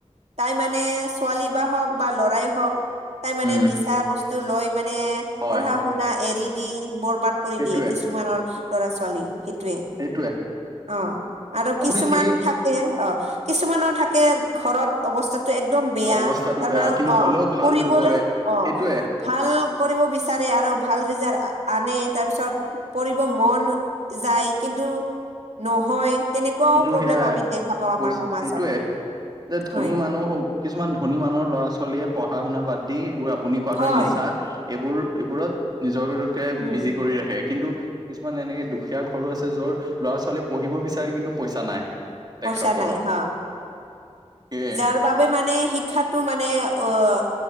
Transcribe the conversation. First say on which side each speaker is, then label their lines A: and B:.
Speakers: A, on the right; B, on the right.
A: তাই মানে ছোৱালী বা হওঁক বা ল'ৰাই হওঁক তাই মানে
B: উম
A: নিচা বস্তু লৈ মানে
B: হয়
A: পঢ়া শুনা এৰি দি বৰ কৰি
B: সেইটোৱে
A: দিয়ে কিছুমানৰ ল'ৰা ছোৱালী সেইটোৱে।
B: সেইটোৱে।
A: অ' আৰু
B: আপুনি
A: কিছুমান
B: ঠিকেই
A: থাকে অ' কিছুমানৰ থাকে ঘৰত অৱস্থাত টো একদম বেয়া,
B: অৱস্থাটো
A: তাৰমানে
B: বেয়া কিন্তু
A: অ'
B: হ'লেও ভাল
A: কৰিবলৈ
B: কৰে
A: অ'
B: সেইটোৱে
A: ভাল কৰিব বিচাৰে আৰু ভাল ৰিজাল আনে তাৰপিছত পঢ়িব মন যায় কিন্তু নহয়। তেনেকুৱাও
B: সেইটো
A: প্ৰব্লেম
B: সেয়াই
A: আমি দেখা পাওঁ
B: কৈছ,
A: আমাৰ সমাজত
B: সেইটোৱে যে ধনী
A: হয়
B: মানুহো কিছুমান ধনী মানুহৰ ল'ৰা ছোৱালীয়ে পঢ়া শুনা বাদ দি সেইবোৰ আপুনি কোৱাৰ
A: হয়
B: দৰে নিচা এইবোৰ এইবোৰত নিজৰকে
A: উম
B: বিজি কৰি ৰাখে কিন্তু কিছুমান এনেকে দুখীয়া ঘৰো আছে য'ৰ ল'ৰা ছোৱালীয়ে পঢ়িব বিচাৰে কিন্তু পইচা নাই। তেখেতসকলৰ
A: পইচা নাই হ,
B: সেয়ে
A: যাৰ বাবে মানে শিক্ষাত টো মানে অ'